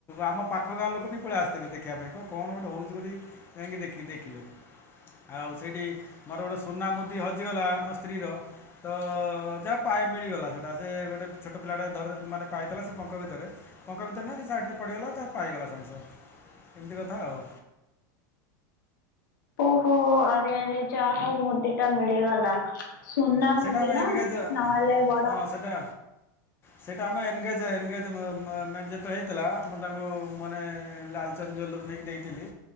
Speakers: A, on the left; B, on the left.
A: ଆମ ପାଖ ଗାଁ ଲୋକ ବି ପଳେଇ ଆସିଥିଲେ ଦେଖିବା ପାଇଁ କହିଲେ କଣ ଗୋଟେ ହଉଛି ବୋଲି ଯାଇକି ଦେଖି ଦେଖିଲେ ଆଉ ସେଇଠି ମୋର ଗୋଟେ ସୁନା ମୁଦି ହଜିଗଲା ମୋ ସ୍ତ୍ରୀର ତ ଯାହା ପାଏ ମିଳିଗଲା ସେଇଟା ସେ ଗୋଟେ ଛୋଟ ପିଲାଟେ ଧରି ମାନେ ପାଇଥିଲା ସେ ପଙ୍କ ଭିତରେ ପଙ୍କ ଭିତରେ ନୁହଁ ସେ ସାଇଟରେ ପଡ଼ିଗଲା ତା ପାଇଗଲା ସାଙ୍ଗେ ସାଙ୍ଗେ ଏମିତି କଥା ଆଉ।
B: ଓହୋ ଆରେ ଆରେ ଯା ହଉ ମୁଦିଟା ମିଳିଗଲା। ସୁନା
A: ସେଇଟା
B: ମୁଦି
A: ଆମେ
B: ନା
A: ଏନଗେଜ୍
B: ନହେଲେ ବଡ
A: ହଁ ସେଇଟା ସେଇଟା ଆମ ଏନଗେଜ୍ ଏନଗେଜ ମାନେ ଯେତେବେଳେ ହେଇଥିଲା ମୁଁ ତାଙ୍କୁ ମାନେ ଲାଲଚାନ୍ଦ ଜ୍ୱେଲେରିରୁ ନେଇକି ଦେଇଥିଲି